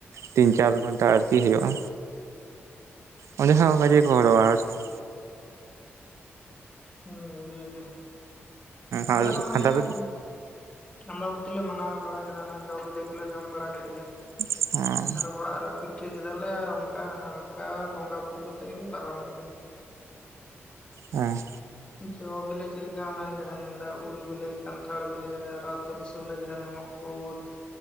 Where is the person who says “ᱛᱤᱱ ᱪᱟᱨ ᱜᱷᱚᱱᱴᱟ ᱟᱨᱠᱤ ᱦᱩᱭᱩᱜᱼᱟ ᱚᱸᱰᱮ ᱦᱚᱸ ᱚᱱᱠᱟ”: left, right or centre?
Right